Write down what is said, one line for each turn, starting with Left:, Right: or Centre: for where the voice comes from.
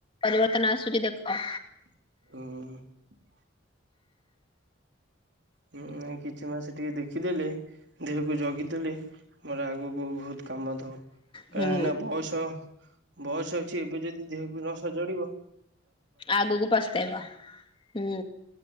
Left: ତ ନା ଆସଛି ଦେଖ
Right: ହଁ। ହଁ କିଛି ମାସ ଟିକେ ଦେଖିଦେଲେ ଦେହକୁ ଜଗିଦେଲେ ମୋର ଆଗକୁ ବହୁତ କାମ ଥାଉ
Left: ହୁଁ
Right: କାରଣନା ବୟସ ବୟସ ଅଛି, ଏବେ ଯଦି ଦେହକୁ ନ ସଜାଡ଼ିବ
Left: ଆଗକୁ ପସ୍ତେଇବା ହୁଁ